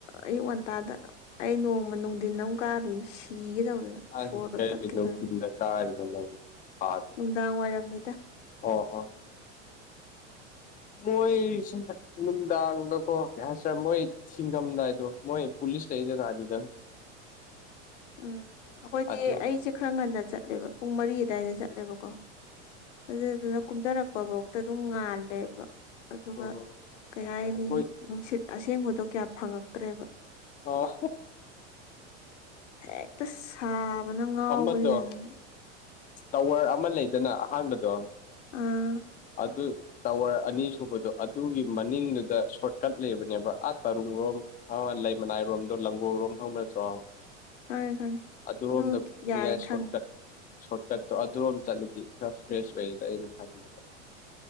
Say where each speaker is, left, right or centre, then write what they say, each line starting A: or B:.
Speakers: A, on the left; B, on the left.
A: ꯑꯌꯨꯛ ꯉꯟꯇꯥꯗ ꯑꯩ ꯅꯣꯡꯃ ꯅꯨꯡꯊꯤꯟ ꯑꯝ ꯀꯥꯔꯨꯏ ꯁꯤꯒꯦ ꯇꯧꯗꯅ
B: ꯑꯩ
A: ꯁꯣꯔꯒ
B: ꯀꯩꯒꯤ
A: ꯇꯠꯀꯦ
B: ꯅꯨꯡꯊꯤꯟꯗ
A: ꯇꯧꯋꯦ
B: ꯀꯥꯔꯤꯕ ꯅꯪ ꯁꯥꯗ꯭ꯔ
A: ꯅꯨꯡꯗꯥꯡ ꯋꯥꯏꯔꯝꯅꯤ
B: ꯑꯣ ꯑꯣ ꯃꯣꯏꯁꯤ ꯅꯨꯡꯗꯥꯡꯗꯀꯣ ꯀꯩ ꯍꯥꯏꯁꯦꯔꯦ ꯃꯣꯏ ꯊꯤꯡꯉꯝꯗꯥꯏꯗꯣ ꯃꯣꯏ ꯄꯨꯂꯤꯁ ꯂꯩ ꯖꯒꯥꯗꯨꯗ ꯑꯗꯨꯗ
A: ꯎꯝ ꯑꯩꯈꯣꯏꯗꯤ
B: ꯑꯗꯨ
A: ꯑꯩꯁꯦ ꯈꯔ ꯉꯟꯅ ꯆꯠꯂꯦꯕ ꯄꯨꯡ ꯃꯔꯤ ꯑꯗꯥꯏꯗ ꯆꯠꯂꯦꯕꯀꯣ ꯑꯗꯨꯗꯨꯅ ꯀꯨꯝꯊꯔꯛꯄ ꯐꯧꯗ ꯑꯗꯨꯝ ꯉꯥꯜꯂꯦꯕ ꯑꯗꯨꯒ
B: ꯎꯝ
A: ꯀꯩ ꯍꯥꯏꯅꯤ
B: ꯑꯩꯈꯣꯏ
A: ꯅꯨꯡꯁꯤꯠ ꯑꯁꯦꯡꯕꯗꯣ ꯀꯌꯥ ꯐꯪꯉꯛꯇ꯭ꯔꯦꯕ
B: ꯑꯣ
A: ꯍꯦꯛꯇ ꯁꯥꯕꯅ ꯉꯥꯎꯕꯅꯤ
B: ꯑꯃꯗꯣ
A: ꯀꯩꯅꯣ
B: ꯇꯋꯔ ꯑꯃ ꯂꯩꯗꯅ ꯑꯍꯥꯟꯕꯗꯣ
A: ꯑꯥ
B: ꯑꯗꯨ ꯇꯋꯔ ꯑꯅꯤ ꯁꯨꯕꯗꯣ ꯑꯗꯨꯒꯤ ꯃꯅꯤꯡꯗꯨꯗ ꯁꯣꯔꯠꯀꯠ ꯂꯩꯕꯅꯦꯕ ꯑꯥ ꯇꯔꯨꯡꯔꯣꯝ ꯑꯋ ꯂꯩ ꯃꯅꯥꯏꯔꯣꯝꯗꯣ ꯂꯪꯒꯣꯔꯣꯝ ꯈꯪꯕꯔ ꯇ꯭ꯔꯣ
A: ꯈꯪꯉꯦ ꯈꯪꯉꯦ
B: ꯑꯗꯨꯔꯣꯝꯗ
A: ꯑꯗꯨ ꯌꯥꯏ
B: ꯅꯤꯡꯉꯥꯏ
A: ꯈꯪꯉꯦ
B: ꯁꯣꯔꯠꯇ ꯁꯣꯔꯠꯀꯠꯇꯣ ꯑꯗꯨꯔꯣꯝ ꯆꯠꯂꯗꯤ ꯈꯔ ꯐ꯭ꯔꯦꯁ ꯑꯣꯏꯗ ꯑꯩꯅ ꯈꯟꯕꯗ